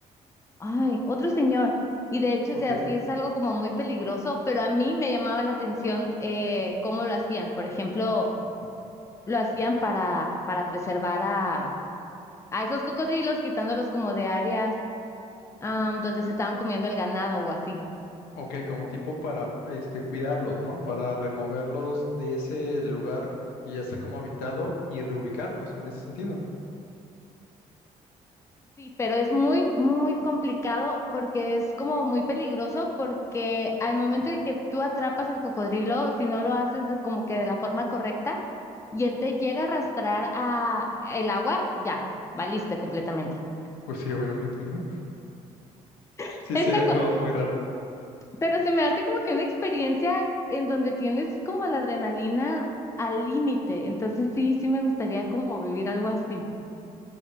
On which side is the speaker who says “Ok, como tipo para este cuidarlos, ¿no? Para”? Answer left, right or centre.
Left